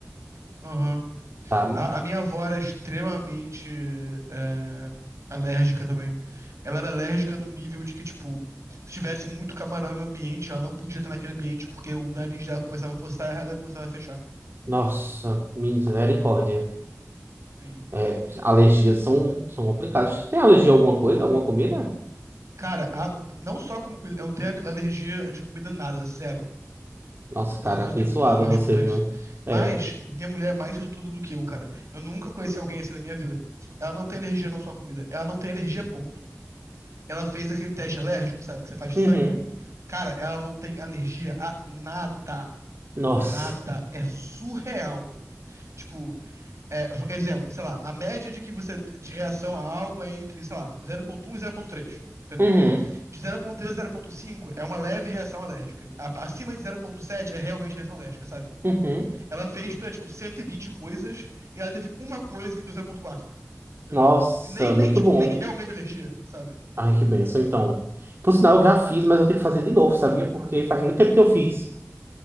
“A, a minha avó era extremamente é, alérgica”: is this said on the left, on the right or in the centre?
Right